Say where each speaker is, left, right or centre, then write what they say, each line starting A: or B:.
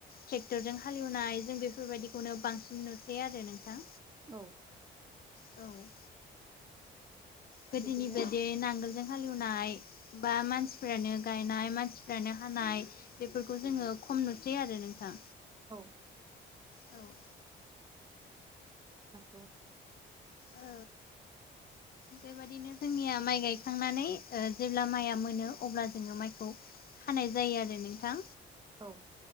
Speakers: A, on the left (about 50°); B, on the right (about 20°).
A: ट्रेक्टरजों हालेवनाय जों बेफोरबायाददिखौनो बांसिन नुसै आरो नोंथां।
B: औ
A: औ गोदोनि
B: बिदिनो
A: बायदि नांगोलजों हालेवनाय बा मानसिफ्रानो गायनाय मानसिफ्रानो हानाय बेफोरखौ जोङो खम नुसै आरो नोंथां।
B: औ
A: औ
B: नंगौ
A: ओ बेबायदिनो जोंनिया माइ गायखांनानै जेब्ला माइआ मोनो अब्ला जोङो माइखौ हानाय जायो आरो नोंथां
B: औ